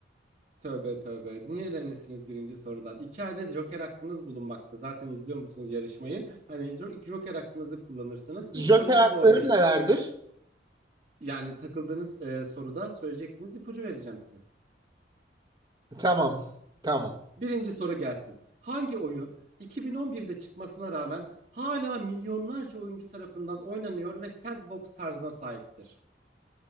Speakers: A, on the right; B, on the right.
A: Tövbe tövbe. Niye elenesiniz birinci sorudan? İki adet Joker hakkınız bulunmakta. Zaten izliyor musunuz yarışmayı? Hani jo- Joker hakkınızı kullanırsınız.
B: Joker
A: İlk sorumuz
B: haklarım
A: zor değil.
B: nelerdir?
A: Yani takıldığınız e, soruda söyleyeceksiniz. ipucu vereceğim size.
B: Tamam, tamam.
A: Birinci soru gelsin. Hangi oyun 2011'de çıkmasına rağmen hala milyonlarca oyuncu tarafından oynanıyor ve sandbox tarzına sahiptir?